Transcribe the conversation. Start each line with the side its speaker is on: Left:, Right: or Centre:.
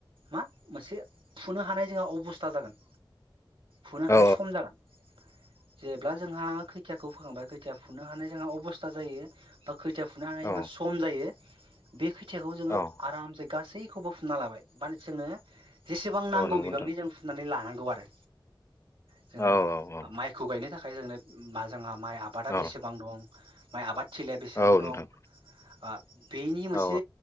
Right: मा मोनसे फुनो हानाय जोंहा अब'स्था जागोन। फुनो
Left: औ
Right: हानाय सम जागोन। जेब्ला जोंहा खैथिया खौ फोखांबाय खोथिया फुनो हानाय जोंहा अबस्था जायो बा खैथा फुनो हानाय
Left: औ
Right: जोंहा सम जायो। बे खै थियाखौ जोङो
Left: औ
Right: आरामसे गासैखौबो फुना लाबाय बाल जोङो जेसेबां नांगौ
Left: औ नंगौ
Right: बिबांनि
Left: नोंथां
Right: जों फुनानै लानां गौ आरो। जोङो
Left: औ औ औ
Right: माइखौ गायनो नि थाखाय जोंनो मा जोंहा माइ आबादा
Left: औ
Right: बेसेबां दं माइ आबाद खिलाया बेसेबां
Left: औ
Right: दं
Left: नोंथां
Right: ओ बेनि
Left: औ
Right: से